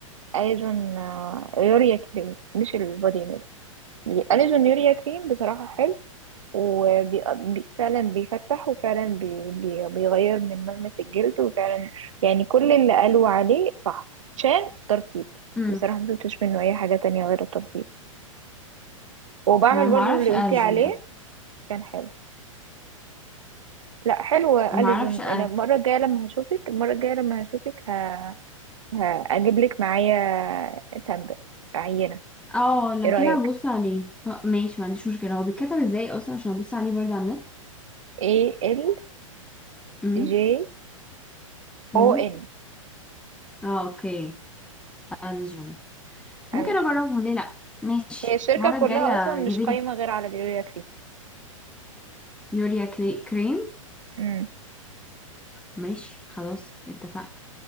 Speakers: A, on the right; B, in the centre.
A: اليجون آه، يوريا كريم مش البودي ميلك اليجون يوريا كريم بصراحة حلو وفعلا بيفتح وفعلا بي بي بيغير من ملمس الجلد وفعلا يعني كل اللي قالوا عليه صح عشان ترطيب
B: مم.
A: بصراحة مشفتش منه أي حاجة تانية غير الترطيب وبعمل
B: انا ما
A: برضو
B: اعرفش
A: اللي
B: ارجن
A: قلتي عليه
B: ده
A: كان حلو لا حلوة
B: ما
A: أليزون
B: اعرفش أ-
A: أنا المرة الجاية لما هشوفك المرة الجاية لما هشوفك ه... هجيب لك معايا سامبل عينة
B: اه لو
A: ايه رأيك
B: كده هبص عليه آه، ماشي ما عنديش مشكله هو بيتكتب ازاي اصلا عشان ابص عليه برضه على النت
A: A L
B: امم
A: J O
B: امم
A: N
B: اه اوكي ارجن ممكن
A: أليزون
B: اجربه ليه لا ماشي
A: هي الشركة
B: المره
A: كلها
B: الجايه
A: أصلا مش
B: جيبي
A: قايمة
B: لي
A: غير على اليوريا
B: يوريا كلي- كريم
A: كريم
B: ماشي خلاص اتفقنا